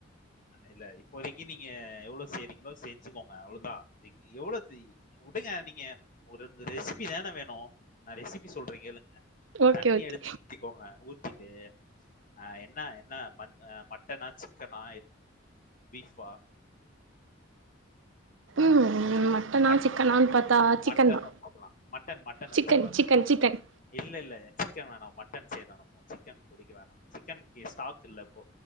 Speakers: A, on the left; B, on the right.
A: இல்ல இப்போதைக்கு நீங்க எவ்ள செய்றீங்களோ செஞ்சுக்கோங்க அவ்ளதா எவ்வளவு வுடுங்க நீங்க ஒரு இந்த ரெசிபி தான வேணு நா ரெசிபி சொல்ற கேளுங்
B: ஓகே
A: தண்ணி
B: ஓகே
A: எடுத்து ஊத்திக்கோங்க ஊத்திட்டு அ என்ன என்ன மட் அ மட்டனா சிக்கனா பீஃபா
B: ம் மட்டனா
A: மட்
B: சிக்கனா னு பாத்தா சிக்கன்
A: மட்டன்
B: தா
A: வச்சுக்கலாம். மட்டன் மட்டன்
B: சிக்கன்
A: வச்சுக்கலாம்.
B: சிக்கன் சிக்கன்
A: இல்ல இல்ல சிக்கன் வேனா மட்டன் செய்லா நம்ம சிக்கன் கொதிக்க வேணா சிக்கன்க்கு ஸ்டாக் இல்லஇப்போ